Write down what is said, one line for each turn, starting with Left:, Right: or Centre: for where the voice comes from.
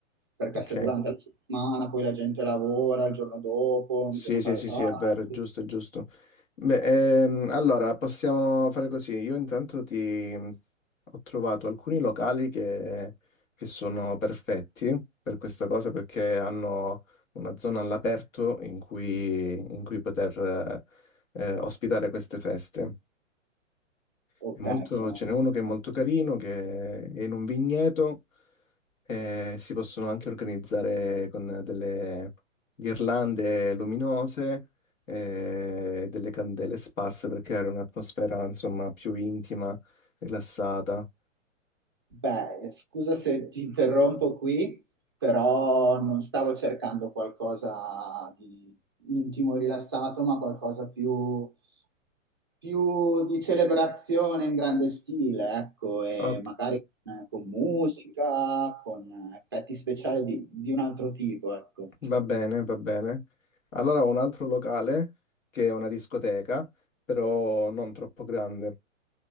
Right: perché
Left: ok.
Right: se durante la settimana poi la gente lavora, il giorno dopo
Left: Sì,
Right: bisogna fare
Left: sì, sì,
Right: tardi.
Left: sì, è vero, è giusto, è giusto. Beh, ehm, allora possiamo fare così. Io intanto ti ho trovato alcuni locali che, che sono perfetti per questa cosa perché hanno una zona all'aperto in cui, in cui poter eh, eh, ospitare queste feste.
Right: Ok,
Left: È molto-
Right: sono
Left: ce n'è uno che è molto carino, che è in un vigneto e si possono anche organizzare con delle ghirlande luminose e delle candele sparse per creare un'atmosfera, insomma, più intima, rilassata.
Right: Beh, scusa se ti interrompo qui, però non stavo cercando qualcosa di intimo e rilassato, ma qualcosa più, più di celebrazione in grande stile, ecco, e
Left: Ok,
Right: magari eh, con musica, con effetti speciali di, di un altro tipo, ecco.
Left: va bene, va bene. Allora ho un altro locale che è una discoteca, però non troppo grande.